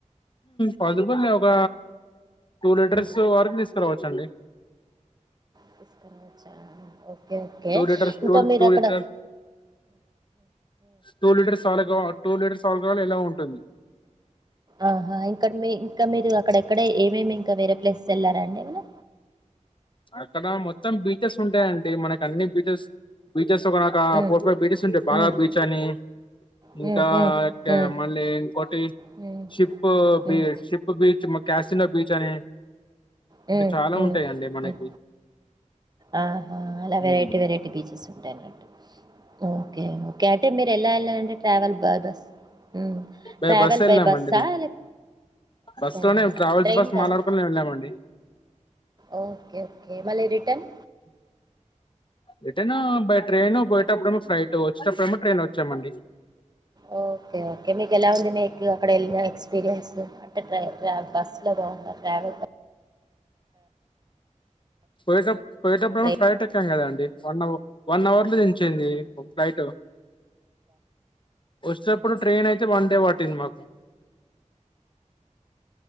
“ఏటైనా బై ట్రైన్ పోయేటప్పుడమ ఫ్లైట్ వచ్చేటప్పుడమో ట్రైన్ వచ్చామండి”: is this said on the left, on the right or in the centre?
Left